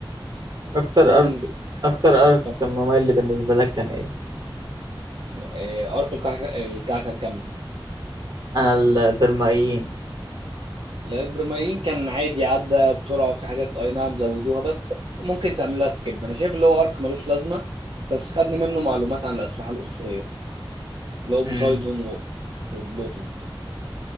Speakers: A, on the right; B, on the right.
A: اكتر
B: لازم
A: ارك اكتر ارك
B: تفهم.
A: كان ممل بالنسبة لك كان ايه
B: آه، ارك الكعكه الكعكه الكامله
A: انا البرمائيين
B: لا البرمائيين كان عادي عدى بسرعة في حاجات أي نعم زودوها بس ممكن تعمل لها سكيب أنا شايف اللي هو أرك ملوش لازمة بس خدني منه معلومات عن الأسلحة الأسطورية اللي هو بوسايدون
A: امم
B: و- وبلوتون